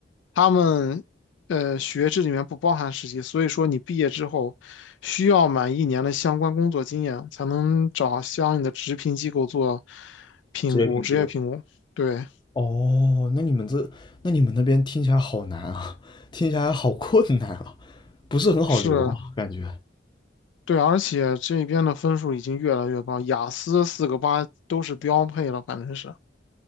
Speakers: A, on the left; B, on the left.
A: 他们呃，学制里面不包含实习，所以说你毕业之后需要满一年的相关工作经验，才能找相应的职评机构做评估，
B: 职业评估。
A: 职业评估。对，
B: 哦，那你们这那你们那边听起来好难啊，听起来好困难啊，不是很好留啊，
A: 是，
B: 感觉
A: 对，而且这边的分数已经越来越高，雅思四个八都是标配了，反正是。